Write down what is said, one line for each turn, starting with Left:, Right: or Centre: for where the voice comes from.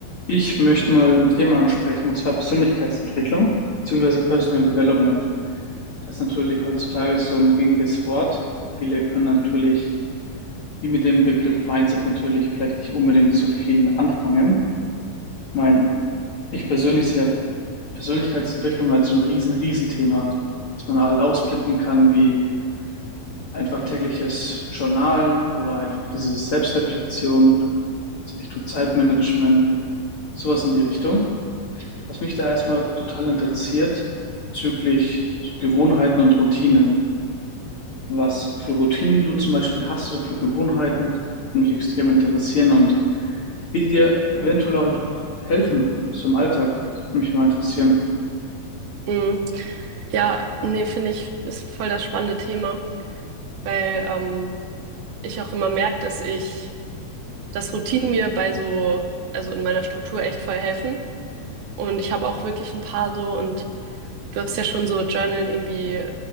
Left: Ich möchte mal ein Thema ansprechen, und zwar Persönlichkeitsentwicklung bzw. Personal Development. Das ist natürlich heutzutage so ein gängiges Wort. Und viele können natürlich, wie mit dem Begriff Mindset, natürlich vielleicht nicht unbedingt so viel anfangen. Ich meine, ich persönlich sehe halt Persönlichkeitsentwicklung als so ein riesen, riesen Thema, dass man halt aufsplitten kann, wie einfach tägliches Journalen oder einfach diese Selbstreflexion so Richtung Zeitmanagement, sowas in die Richtung. Was mich da erstmal total interessiert, bezüglich so Gewohnheiten und Routinen. Was für Routinen du zum Beispiel hast oder für Gewohnheiten, die mich extrem interessieren und wie die dir eventuell auch einfach helfen, so im Alltag. Das würde mich immer interessieren.
Right: Mhm. Ja, nee, finde ich, ist voll das spannende Thema, weil ähm, ich auch immer merke, dass ich, dass Routinen mir bei so, also in meiner Struktur echt voll helfen. Und ich habe auch wirklich ein paar so, und du hast ja schon so Journal irgendwie